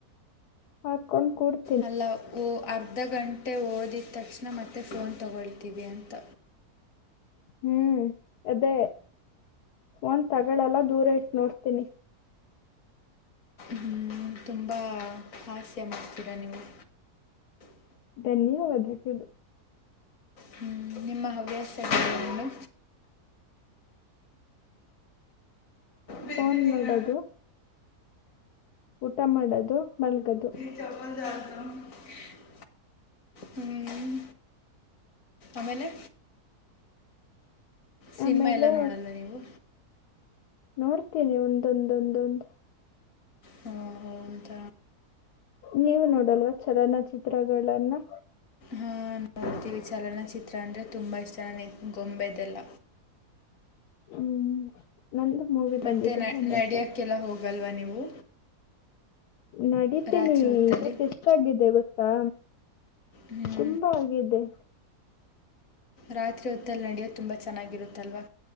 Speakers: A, on the left; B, on the left.
A: ಹಾಕೊಂಡ್ ಕುಡ್.
B: ಅಲ್ಲ ಓ ಅರ್ಧ ಗಂಟೆ ಓದಿದ ತಕ್ಷಣ ಮತ್ತೆ ಫೋನ್ ತಗೊಳ್ತೀವಿ ಅಂತ.
A: ಹ್ಮ್ ಅದೇ ಫೋನ್ ತಗಳೆಲ್ಲ ದೂರ ಇಟ್ಟ ನೋಡ್ತೀನಿ.
B: ಹ್ಮ್ ತುಂಬಾ. ಹಾಸ್ಯ ಮಾಡ <unintelligible> ನಿಮಗೆ.
A: ಧನ್ಯವಾದಗಳು.
B: ಹ್ ನಿಮ್ಮ ಹವ್ಯಾಸಗಳೇನು. ಬಿದ್ದಿದ್ದೀನಿ
A: ಫೋನ್ ನೋಡೋದು. ಊಟ ಮಾಡೋದು ಮಲ್ಗೋದು.
B: <unintelligible> ಹ್ಮ್, ಆಮೇಲೆ ಸಿನಿಮಾ
A: ಆಮೇಲೆ
B: ಎಲ್ಲ ನೋಡಲ್ಲ ನೀವು
A: ನೋಡ್ತೀನಿ ಒಂದೊಂದೊಂದೊಂದು.
B: ಹ್ಹಾ ಹೌದ.
A: ನೀವು ನೋಡಲ್ವ ಚಲನಚಿತ್ರಗಳನ್ನ.
B: ಹ್ಮ್. ಟಿ ವಿ ಚಲನಚಿತ್ರ ಅಂದರೆ ತುಂಬ ಇಷ್ಟ ನನಗೆ ಗೊಂಬೆದೆಲ್ಲ.
A: ಹ್ಮ್ ನಂದು ಮೂವಿ ಬಂದಿದ್ದೆ
B: ಮತ್ತೆ ನ-
A: <unintelligible>
B: ನಡೆಯೋಕ್ಕೆಲ್ಲ
A: ಕಾಟ್
B: ಹೋಗಲ್ವಾ ನೀವು
A: ನಡೀತೇನಿ
B: ರಾತ್ರಿ ಹೊತ್ತಲ್ಲಿ
A: ಇವತ್ತು ಎಷ್ಟಗಿದೇ ಗೊತ್ತಾ.
B: ಹ್ಮ್
A: ತುಂಬಾ ಹೋಗಿದ್ದೆ
B: ರಾತ್ರಿ ಹೊತ್ತಲ್ಲಿ ನಡೆಯೋದು ತುಂಬ ಚೆನ್ನಾಗಿರುತ್ತಲ್ವ